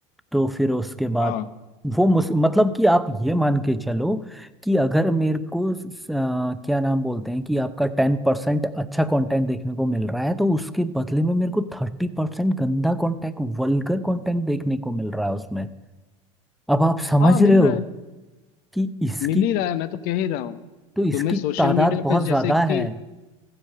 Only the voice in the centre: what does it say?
तो फिर उसके बाद
वो मुस मतलब कि आप ये मान के चलो कि अगर मेरे को स- स- आ, क्या नाम बोलते हैं कि आपका टेन परसेंट अच्छा कंटेंट देखने को मिल रहा है तो उसके बदले में मेरे को थर्टी परसेंट गंदा कंटेंट वल्गर कंटेंट देखने को मिल रहा है उसमें अब आप समझ
रहे हो
कि इसकी
तो इसकी
तादाद
बहुत
ज्यादा
है